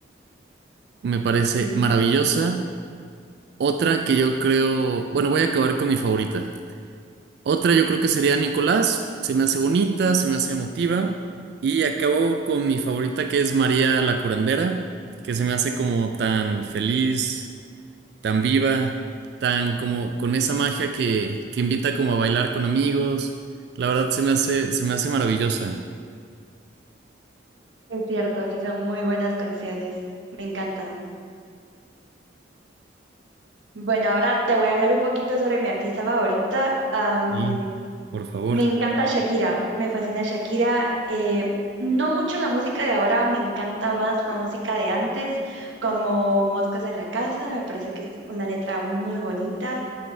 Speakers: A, on the right; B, on the right.
A: me parece
B: ¿Mm?
A: maravillosa. Otra que yo creo, bueno, voy a acabar con mi favorita. Otra yo creo que sería Nicolás, se me hace bonita, se me hace emotiva. Y acabo con mi favorita que es María la Curandera, que se me hace como tan feliz, tan viva, tan como con esa magia que, que invita como a bailar con amigos. La verdad se me hace, se me hace maravillosa.
B: Es cierto, sí son muy buenas canciones. Me encantan. Bueno, ahora te voy a hablar un poquito sobre mi artista favorita. Am,
A: Y, por favor.
B: me encanta Shakira, me fascina Shakira. Eh, no mucho la música de ahora, me encanta más la música de antes, como Moscas en la Casa, me parece que es una letra muy bonita.